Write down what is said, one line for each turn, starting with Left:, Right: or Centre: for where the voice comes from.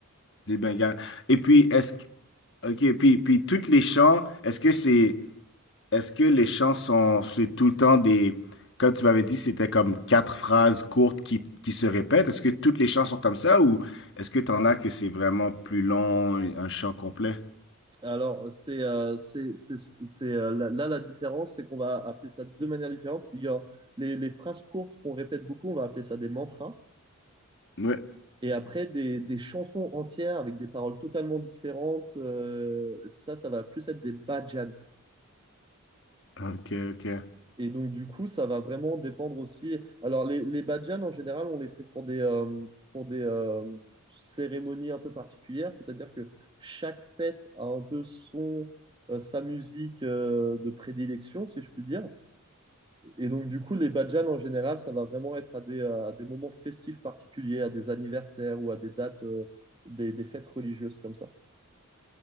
Left: Du Bengale. Et puis, est-ce que, OK, puis, puis toutes les chants, est-ce que c'est, est-ce que les chants sont, c'est tout le temps des, comme tu m'avais dit, c'était comme quatre phrases courtes qui, qui se répètent. Est-ce que toutes les chants sont comme ça ou est-ce que t'en as que c'est vraiment plus long, un chant complet?
Right: Alors, c'est euh, c'est c'est c'est, euh, là, là, la différence, c'est qu'on va appeler ça de deux manières différentes. Il y a les, les phrases courtes qu'on répète beaucoup, on va appeler ça des mantras.
Left: Ouais.
Right: Et après, des, des chansons entières avec des paroles totalement différentes, euh, ça, ça va plus être des bhajans.
Left: OK, OK.
Right: Et donc, du coup, ça va vraiment dépendre aussi. Alors, les, les badjans, en général, on les fait pour des, euh, pour des euh, cérémonies un peu particulières, c'est-à-dire que chaque fête a un peu son, euh, sa musique euh, de prédilection, si je puis dire. Et donc, du coup, les badjans, en général, ça va vraiment être à des, à des moments festifs particuliers, à des anniversaires ou à des dates, euh, des, des fêtes religieuses comme ça.